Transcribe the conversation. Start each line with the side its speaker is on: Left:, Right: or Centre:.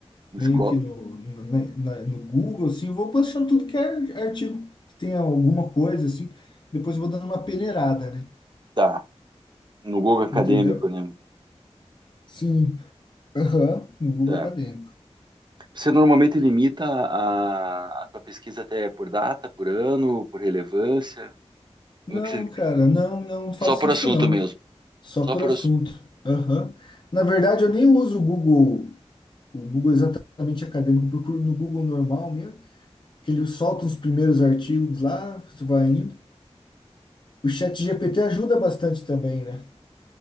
Right: No
Left: meio
Right: esco-
Left: que no, no, na- na- no Google, assim, eu vou postando tudo que é artigo que tem alguma coisa, assim, depois eu vou dando uma peneirada, né?
Right: Tá. No Google acadêmico,
Left: Entendeu?
Right: né?
Left: Sim. Aham, no Google
Right: Tá.
Left: Acadêmico.
Right: Você normalmente limita a, a tua pesquisa até por data, por ano, por relevância?
Left: Não,
Right: Como é que você-
Left: cara, não, não faço
Right: Só por
Left: isso
Right: assunto
Left: não.
Right: mesmo.
Left: Só
Right: Só
Left: por
Right: por
Left: assunto.
Right: assunto.
Left: Aham. Na verdade, eu nem uso o Google, o Google exatamente acadêmico. Eu procuro no Google normal mesmo, que ele solta os primeiros artigos lá, você vai indo. O chat GPT ajuda bastante também, né?